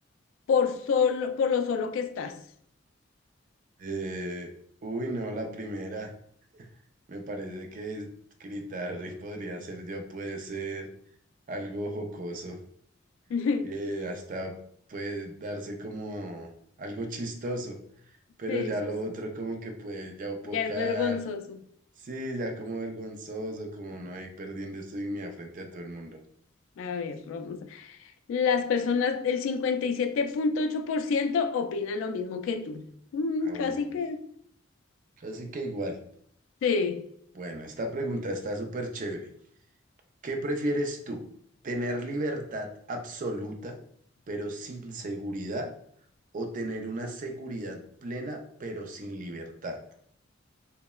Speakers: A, on the left (about 80°); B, on the right (about 45°).
A: por solo, por lo solo que estás?
B: Eh, uy, no, la primera. Me parece que Critarri podría ser, ya puede ser algo jocoso.
A: <laughs>
B: eh, hasta puede darse como algo chistoso. Pero
A: Sí,
B: ya
A: sí,
B: lo otro
A: sí.
B: como que puede ya opacar
A: Ya es vergonzoso.
B: Sí, ya como vergonzoso, como no hay perdiendo su dignidad frente a todo el mundo.
A: A ver, vamos. a- Las personas del cincuenta y siete punto ocho por ciento opinan lo mismo que tú. Mm,
B: Aún.
A: casi que.
B: Así que igual.
A: Sí.
B: Bueno, esta pregunta está súper chévere. ¿Qué prefieres tú? ¿Tener libertad absoluta, pero sin seguridad? ¿O tener una seguridad plena, pero sin libertad?